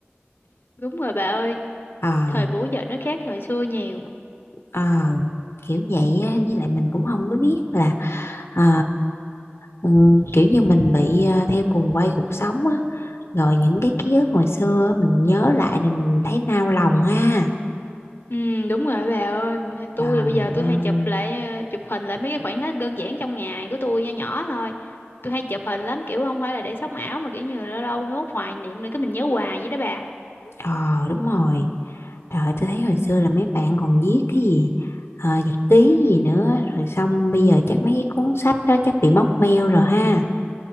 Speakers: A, on the left; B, on the left.
A: đúng rồi bà ơi,
B: ờ
A: thời buổi giờ nó khác thời xưa nhiều.
B: ờ kiểu vậy á với lại mình cũng không có biết là ờ, ừm, kiểu như mình bị ờ, theo cuồng quay cuộc sống á rồi những cái ký ức hồi xưa á, mình nhớ lại là mình thấy nao lòng ha
A: Ừ, đúng rồi á bà ơi,
B: trời
A: tôi là bây giờ tôi
B: ơi
A: hay chụp lại, ờ, chụp hình lại mấy cái khoảnh khắc đơn giản trong ngày của tôi nho nhỏ thôi. Tôi hay chụp hình lắm, kiểu không phải là để sống ảo mà kiểu như là lâu lâu mới mốt hoài niệm nữa cái mình nhớ hoài vậy đó bà.
B: Ờ đúng rồi. Trời ơi, tôi thấy hồi xưa là mấy bạn còn viết cái gì ờ, nhật ký gì nữa rồi xong bây giờ chắc mấy cái cuốn sách đó chắc bị móc meo rồi ha.